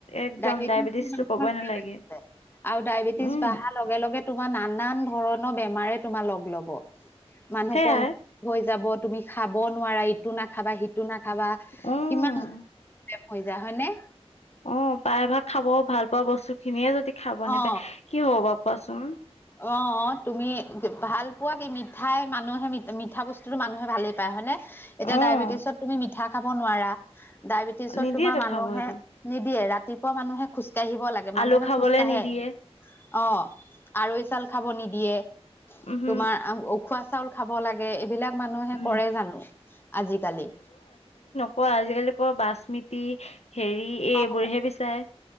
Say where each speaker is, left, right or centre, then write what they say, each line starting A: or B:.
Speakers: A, on the left (about 75°); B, on the left (about 20°).
A: একদম
B: ডায়বেটিছ
A: ডায়েবেটিছটো
B: মানুহৰ
A: ক'বই
B: কিয়
A: নালাগে
B: হৈছে আৰু ডায়বেটিছ
A: উম
B: বাহা লগে লগে তোমাৰ নানান ধৰণৰ বেমাৰে তোমাৰ লগ লব মানুহ
A: সেয়াই
B: কম হৈ যাব তুমি খাব নোৱাৰা ইটো নাখাবা, সিটো নাখাবা
A: উম
B: কিমান <unintelligible> হয় নে?
A: অ' প্ৰায়ভাগ খাব ভাল পোৱা বস্তু খিনিয়ে যদি খাব নোপায়,
B: অ
A: কি হব বাৰু কোৱাচোন?
B: অ' অ' তুমি ভাল পোৱা বি মিঠাই মানুহে মি-মিঠা বস্তুতো মানুহে ভালেই পায় হয়নে এতিয়া
A: অ'।
B: ডায়েবেটিছত তুমি মিঠা খাব নোৱাৰা, ডায়েবেটিছত
A: নিদিয়েতো
B: তোমাৰ মানুহে
A: খাব এইটো,
B: নিদিয়ে ৰাতিপুৱা মানুহে খোজকাঢ়িব লাগে,
A: আলু
B: মানুহে
A: খাবলে
B: খোজকাঢ়ে
A: নিদিয়ে।
B: অ' আৰৈ চাউল খাব নিদিয়ে,
A: উহু,
B: তোমাৰ উখোৱা চাউল খাব লাগে এইবিলাক মানুহে
A: উম।
B: কৰে জানো আজিকালি
A: অ' আজিকালি কৰ বাচমিতি হেৰি এইবোৰহে
B: অ' <unintelligible>
A: বিচাৰে।